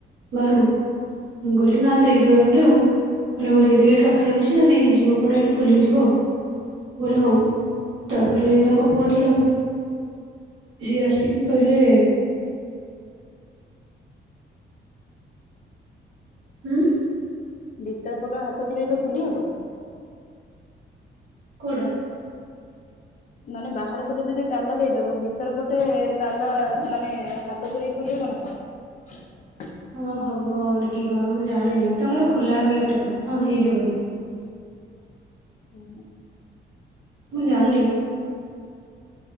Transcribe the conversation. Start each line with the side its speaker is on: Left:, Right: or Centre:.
Right: ବାହାରୁ ମୁଁ କହିଲି ନା ଦେଇଦିଅ ନହେଲେ ଆଉ କହିଲେ ମୁଁ ଦେଇ ଦେଇ ଏଠି ରଖିଦଉଛି ଯଦି ଯିବ କୁଆଡେ ଏଇଠି ଖୋଲିକି ଯିବ ଆଉ କହିଲେ ହଉ ତାପରେ ତାଙ୍କ ପୁଅ ତାବୋଲି ସିଏ ଆସିକି କହିଲେ ହୁଁ।
Left: ଭିତର ପଟ ହାତ ପୁରେଇଲେ ଖୋଲି ହବ?
Right: କୋଉଟା?
Left: ମାନେ ବାହାର ପଟେ ଯଦି ତାଲା ଦେଇଦବ ଭିତର ପଟେ ତାଲା ମାନେ ହାତ ପୁରେଇ ଖୋଲିହବ ନା କଣ?
Right: ହଁ ହବ ଆଉ ନ କି କଣ ମୁଁ ଜାଣିନି ତାଙ୍କର୍ ଖୋଲା ଗେଟ୍ ତ ହଁ ହେଇଯିବ ବଧେ
Left: ଓହୋ।
Right: ମୁଁ ଜାଣିନି